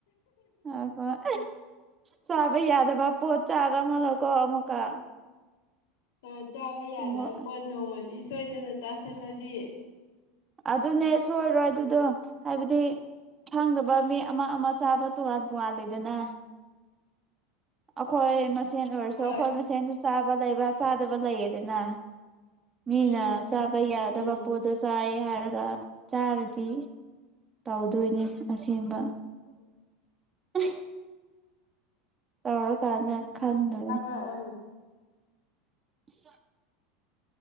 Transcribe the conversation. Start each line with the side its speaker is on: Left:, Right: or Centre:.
Right: ꯑ ꯍꯣꯏ ꯆꯥꯕ ꯌꯥꯗꯕ ꯄꯣꯠ ꯆꯥꯔꯝꯃꯒꯀꯣ ꯑꯃꯨꯛꯀ
Left: ꯑ ꯆꯥꯕ ꯌꯥꯗꯕ
Right: ꯑꯃꯨꯛ
Left: ꯄꯣꯠ ꯅꯣꯡꯃꯗꯤ ꯁꯣꯏꯗꯅ ꯆꯥꯁꯤꯜꯂꯗꯤ
Right: ꯑꯗꯨꯅꯦ ꯁꯣꯏꯔꯣꯏ ꯑꯗꯨꯗꯣ ꯍꯥꯏꯕꯗꯤ ꯈꯪꯗꯕ ꯃꯤ ꯑꯃ ꯑꯃ ꯆꯥꯕ ꯇꯣꯉꯥꯟ ꯇꯣꯉꯥꯟꯂꯗꯅ ꯑꯈꯣꯏ ꯃꯁꯦꯟ ꯑꯣꯏꯔꯁꯨ
Left: ꯍꯣꯏ
Right: ꯑꯈꯣꯏ ꯃꯁꯦꯟꯁꯨ ꯆꯥꯕ ꯂꯩꯕ ꯆꯥꯗꯕ ꯂꯩꯌꯦꯗꯅ ꯃꯤꯅ
Left: ꯎꯝ
Right: ꯆꯥꯕ ꯌꯥꯗꯕ
Left: ꯎꯝ
Right: ꯄꯣꯠ ꯑꯗ ꯆꯥꯏ ꯍꯥꯏꯔꯒ ꯆꯥꯔꯗꯤ ꯇꯧꯗꯣꯏꯅꯤ ꯑꯁꯦꯡꯕ <unintelligible> ꯇꯧꯔ ꯀꯥꯟꯗ ꯈꯪꯗꯣꯏꯅꯦ꯫
Left: ꯑ ꯑ
Right: <unintelligible>